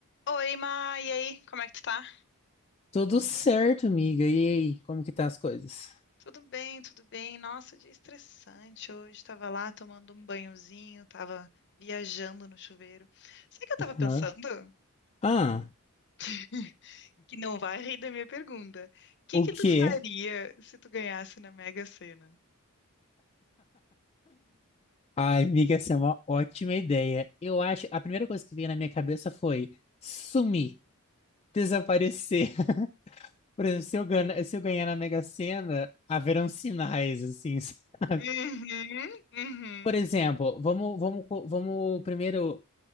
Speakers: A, on the left; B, on the left.
A: Oi, Ma, e aí? Como é que tu tá?
B: Tudo certo, amiga. E aí, como que tá as coisas?
A: Tudo bem, tudo bem. Nossa, dia estressante hoje. Tava lá tomando um banhozinho, tava viajando no chuveiro. Sabe o que eu tava pensando?
B: Hã? Ah,
A: <laughs> Que não vai rir da minha pergunta. O que
B: o
A: que
B: quê?
A: tu faria se tu ganhasse na Mega Sena?
B: Ai, amiga, essa é uma ótima ideia. Eu acho, a primeira coisa que veio na minha cabeça foi sumir, desaparecer. <laughs> Por exemplo, se eu ganhar, se eu ganhar na Mega Sena, haverão sinais, assim. <laughs>
A: Uhum, uhum.
B: Por exemplo, vamos, vamos, co- vamos primeiro